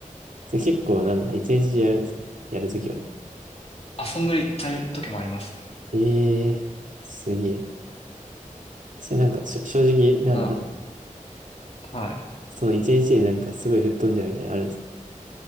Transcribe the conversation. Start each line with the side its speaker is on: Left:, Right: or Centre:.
Right: それ結構なんだ、一日中やるんですかやるときは。
Left: 遊んぐり行った時もありますね。
Right: ええすげえ。それなんか、しょ正直、なん、
Left: ただ、
Right: なん、
Left: はい。
Right: その一日でなんかすごい吹っ飛んじゃうみたいなのあるんですか